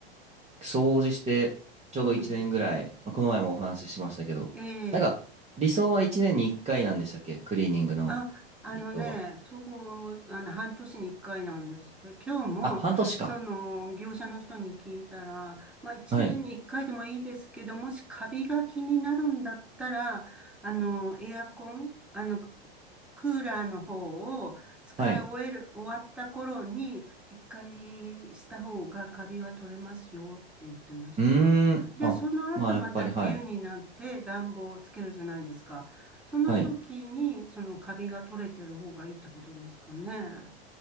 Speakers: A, on the right (about 20°); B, in the centre.
A: 掃除して、ちょうど1年ぐらい、
B: うん、
A: まあ、この前もお話ししましたけど、
B: ええ
A: なんか、理想は1年に1回なんでしたっけクリーニングの
B: あ、あのね、
A: 理想は。
B: そこ、あの、半年に一回なんですって。今日も、
A: あ、半年か。
B: その、業者の人に聞いたら、まあ、一年に一回でもいいですけど、
A: はい。
B: もしカビが気になるんだったら、あの、エアコン、あの、クーラーの方を使い終える、
A: はい。
B: 終わった頃に、一回した方がカビは取れますよって言ってました。
A: うーん。
B: で、
A: あ、
B: その後また冬になって暖房をつけるじゃないですか。
A: まあやっぱり、はい。
B: その時に、
A: はい。
B: そのカビが取れてる方がいいってことですかね。